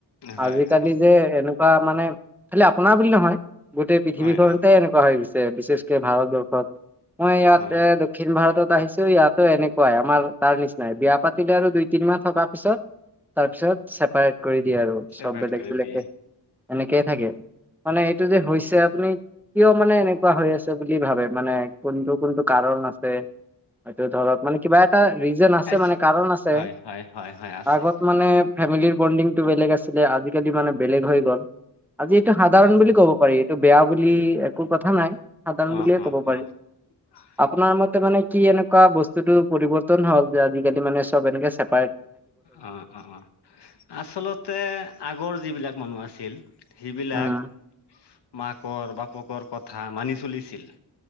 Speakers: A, on the left; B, in the centre.
A: হয়
B: আজিকালি
A: হয়
B: যে এনেকুৱা মানে, খালি আপোনাৰ বুলি নহয়। গোটেই পৃথিৱীখনতে
A: হয় অ
B: এনেকুৱা হৈ গৈছে, বিশেষকে ভাৰতবৰ্ষত। মই ইয়াত
A: হয়
B: দক্ষিণ ভাৰতত আহিছো ইয়াতো এনেকুৱাই, আমাৰ তাৰ নিচিনাই। বিয়া পাতিলে আৰু দুই, তিনি মাহ থকাৰ পিছত তাৰ পিছত ছেপাৰেট কৰি দিয়ে আৰু
A: চেপাৰেট
B: চব বেলেগ
A: কৰি
B: বেলেগে,
A: দিয়ে
B: এনেকেই থাকে। মানে এইটো যে হৈছে আপুনি কিয় মানে এনেকুৱা হৈ আছে বুলি কি ভাবে মানে, কোনটো কোনটো কাৰণ আছে। হয়টো ধৰক মানে কিবা এটা ৰিজন আছে
A: আচ্ছা
B: মানে কাৰণ আছে।
A: হয় হয় হয় হয় আছে
B: আগত মানে ফেমেলী বন্দিংটো বেলেগ আছিলে। আজি কালি মানে বেলেগ হৈ গল। আজি এইটো সাধাৰণ
A: হয়
B: বুলি
A: হয়
B: কব পাৰি এইটো বেয়া বুলি একো কথা নাই সাধাৰণ
A: অ
B: বুলিয়ে
A: অ
B: ক'ব পাৰি।
A: অ'
B: আপোনাৰ মতে মানে কি এনেকুৱা বস্তুটো পৰিবৰ্তন হল যে আজিকালি মানে চব এনেকে চে
A: অ', অ', অ' আচলতে আগৰ যিবিলাক মানুহ আছিল সেইবিলাক
B: উম,
A: মাকৰ বাপকৰ কথা মানি চলিছিল।